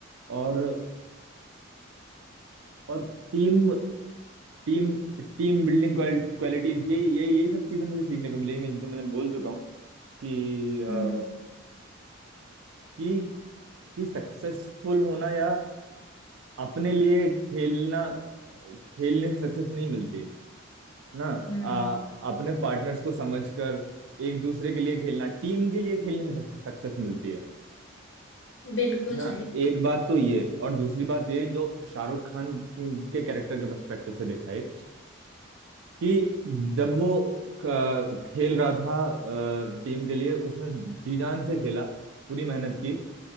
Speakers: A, on the right; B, on the left.
A: और और team team team building qualities यही यही यही सब चीजें मुझे सीखने को मिली मैं जो मैंने बोल चुका हूँ कि अ, कि
B: हम्म
A: कि कि सक्सेसफुल होना या अपने लिए खेलना खेलने से सक्सेस नहीं मिलती ना
B: हम्म
A: आ, अपने पार्टनर्स को समझकर एक दूसरे के लिए खेलना टीम के लिए खेलने से सक्सेस मिलती है
B: बिल्कुल
A: है ना
B: सही
A: एक बात तो ये और दूसरी बात ये जो शाहरुख खान के कैरेक्टर के पर्सपेक्टिव से दिखाई कि जब वो क- खेल रहा था टीम के लिए उसने जी जान से खेला पूरी मेहनत की